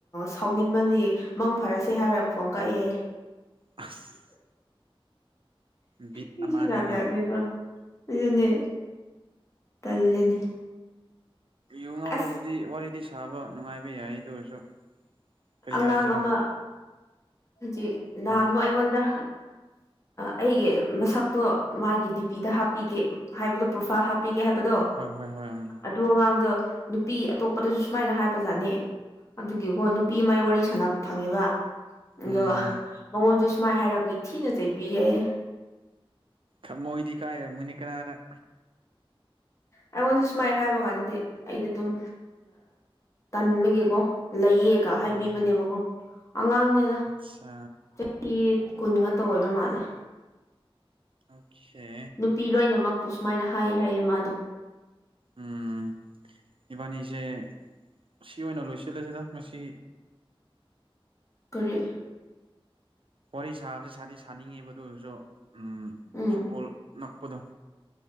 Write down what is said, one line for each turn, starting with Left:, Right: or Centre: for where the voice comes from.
Left: ꯁꯥꯎꯅꯤꯡꯕꯗꯤ ꯃꯪ ꯐꯔꯁꯦ ꯍꯥꯏꯔꯒ ꯐꯣꯟ ꯀꯛꯑꯦ ꯑꯩ
Right: ꯑꯁ ꯕꯤꯠ
Left: ꯃꯤꯁꯨ
Right: ꯑꯃꯅꯤꯅꯦ
Left: ꯖꯥꯠ ꯖꯥꯠ ꯅꯦꯀꯣ ꯑꯗꯨꯅꯦ ꯇꯜꯂꯦꯅꯦ
Right: ꯌꯨ ꯉꯥꯎꯔꯕꯗꯤ
Left: ꯑꯁ
Right: ꯋꯥꯔꯤꯗꯤ ꯁꯥꯕ ꯅꯨꯡꯉꯥꯏꯕ ꯌꯥꯏ ꯑꯗꯨ ꯑꯣꯏꯔꯁꯨ ꯀꯔꯤ
Left: ꯑꯉꯥꯡ
Right: ꯍꯥꯏꯁꯤꯔꯥ
Left: ꯑꯃ ꯍꯧꯖꯤꯛ ꯅꯍꯥꯟꯃꯨꯛ
Right: ꯑꯥ
Left: ꯑꯩꯉꯣꯟꯗꯥ ꯑꯩꯒꯤ ꯃꯁꯛꯇꯣ ꯃꯥꯒꯤ ꯗꯤ ꯄꯤꯗ ꯍꯥꯞꯄꯤꯒꯦ ꯍꯥꯏꯕꯗꯣ ꯄ꯭ꯔꯣꯐꯥꯏꯜ ꯍꯥꯞꯄꯤ ꯄꯤꯒꯦ ꯍꯥꯏꯕꯗꯣ
Right: ꯍꯣꯏ ꯍꯣꯏ ꯍꯣꯏ ꯎꯝ
Left: ꯑꯗꯨ ꯑꯉꯥꯡꯗꯣ ꯅꯨꯄꯤ ꯑꯇꯣꯞꯄꯗꯁꯨ ꯁꯨꯃꯥꯏꯅ ꯍꯥꯏꯕꯖꯥꯠꯅꯤ ꯑꯗꯨꯒꯤꯀꯣ ꯄꯤ ꯃꯥꯏ ꯋꯥꯔꯤ ꯁꯥꯟꯅꯕ ꯐꯪꯉꯦꯕ ꯑꯗꯨꯒ
Right: ꯎꯝ
Left: ꯃꯉꯣꯟꯁꯨ ꯃꯥꯏ ꯍꯥꯏꯔꯛꯄꯒꯤ ꯊꯤꯅ ꯆꯩꯕꯤꯌꯦ ꯍꯥꯏꯌꯦ
Right: ꯊꯃꯣꯏꯗꯤ ꯀꯥꯏꯔꯝꯃꯥꯅꯤ ꯀꯅꯥꯔ
Left: ꯑꯩꯉꯣꯟꯗ ꯁꯨꯃꯥꯏꯅ ꯍꯥꯏꯕ ꯀꯥꯟꯗꯤ ꯑꯩꯗꯤ ꯑꯗꯨꯝ ꯇꯟꯕꯒꯤꯀꯣ ꯂꯩꯌꯦꯒ ꯍꯥꯏꯕꯤꯕꯅꯦꯕꯀꯣ
Right: ꯎꯝ
Left: ꯑꯉꯥꯡꯅꯦꯅ
Right: ꯑꯠꯆꯥ
Left: ꯆꯍꯤ ꯀꯨꯟ ꯉꯇ ꯑꯣꯏꯕ ꯃꯥꯜꯂꯦ
Right: ꯑꯣꯀꯦ
Left: ꯅꯨꯄꯤ ꯂꯣꯏꯅꯃꯛꯄꯨ ꯁꯨꯃꯥꯏꯅ ꯍꯥꯏꯌꯦ ꯍꯥꯏꯌꯦ ꯃꯥꯗꯣ
Right: ꯎꯝ ꯏꯕꯥꯅꯤꯁꯦ ꯁꯤ ꯑꯣꯏꯅ ꯂꯣꯏꯁꯤꯜꯂꯁꯤꯗ ꯉꯁꯤ
Left: ꯀꯔꯤ
Right: ꯋꯥꯔꯤ ꯁꯥꯕꯁꯦ ꯁꯥꯗꯤ ꯁꯥꯅꯤꯡꯉꯦꯕ ꯑꯗꯨ ꯑꯣꯏꯔꯁꯨ ꯎꯝ
Left: ꯎꯝ
Right: ꯐꯨꯠꯕꯣꯜ ꯉꯛꯄꯗꯣ